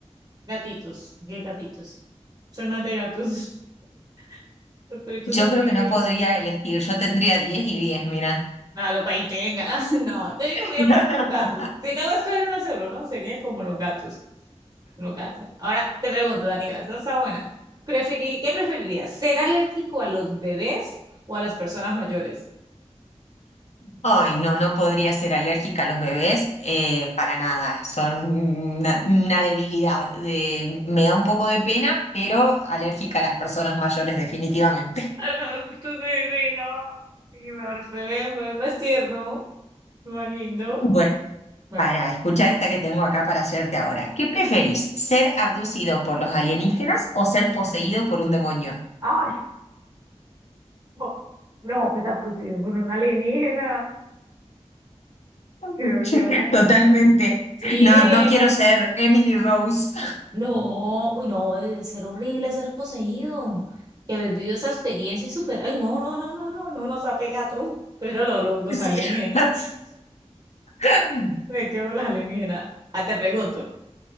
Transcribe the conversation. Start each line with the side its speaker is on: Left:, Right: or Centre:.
Right: Gatitos, qué gatitos. Son más de gatos. <laughs> Los perritos
Left: Yo
Right: son
Left: creo
Right: muy
Left: que
Right: lindos.
Left: no podría elegir, yo tendría 10 y 10. mira.
Right: Claro, para ahí tenga. <laughs> No, tengo que mirar
Left: <laughs>
Right: por, por los gatos. Si tengo que escoger uno solo, ¿no? Sería como los gatos. Los gatos. Ahora te pregunto, Daniela, esta está buena. Preferi- ¿Qué preferirías? ¿Ser alérgico a los bebés o a las personas mayores?
Left: Ay, no, no podría ser alérgica a los bebés, eh, para nada, son una, una debilidad. de- me da un poco de pena, pero alérgica a las personas mayores definitivamente.
Right: A los adultos, sí, sí, no. Sí, no, a los bebés, un bebé más tierno, más lindo.
Left: <laughs> Bueno,
Right: Bueno,
Left: para, escuchar esta que tengo acá para hacerte ahora. ¿Qué preferís, ser abducido por los alienígenas o ser poseído por un demonio?
Right: Ay, no, no, pues abducido por un alienígena,
Left: <laughs>
Right: creo yo.
Left: Totalmente.
Right: sí,
Left: No, no
Right: hay
Left: quiero
Right: más
Left: ser Emily Rose.
Right: No, uy, no, debe ser horrible ser poseído. Que haber vivido esa experiencia y superar. Ay, no, no, no, no, no, no nos ha pegado. <laughs> Pero lo, lo- los
Left: <laughs>
Right: alienígenas.
Left: Sí.
Right: <laughs> Me quedo con los alienígenas. Ah, te pregunto,